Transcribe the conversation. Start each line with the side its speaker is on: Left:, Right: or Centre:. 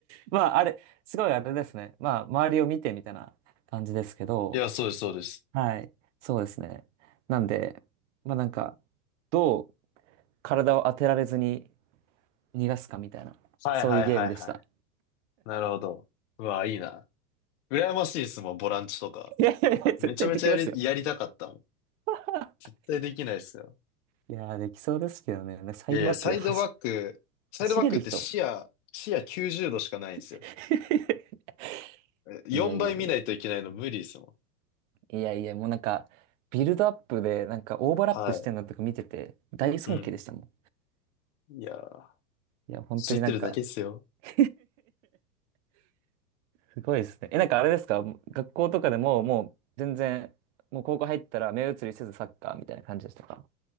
Right: まああれ、すごいあれですね。まあ周りを見てみたいな感じですけど、
Left: いや、そうです、そうです。
Right: はい。そうですね。なんで、まあなんか、どう体を当てられずに逃がすかみたいな、
Left: はいはいはいはい。
Right: そういうゲームでした。
Left: なるほど。うわ、いいな。羨ましいですもん、ボランチとか。
Right: <laughs> いやいやいや、絶対できますよ。
Left: めちゃめちゃやり、やりたかったもん。
Right: <laughs>
Left: 絶対できないですよ。
Right: いやー、できそうですけどね。サイドバックで走、
Left: いやいや、サイドバック、サイドバックって視野、
Right: 走れる人。
Left: 視野90度しかないんですよ。
Right: <laughs>
Left: 4倍見ないといけないの無理ですもん。
Right: いやいやいや。いやいや、もうなんか、ビルドアップで、なんかオーバーラップしてんのとか見てて、
Left: はい。
Right: 大尊敬でしたも
Left: うん。いやー、
Right: ん。いや、本当になんか
Left: 知ってるだけですよ。
Right: <laughs> すごいですね。え、なんかあれですか学校とかでも、もう全然、もう高校入ったら目移りせずサッカーみたいな感じでしたか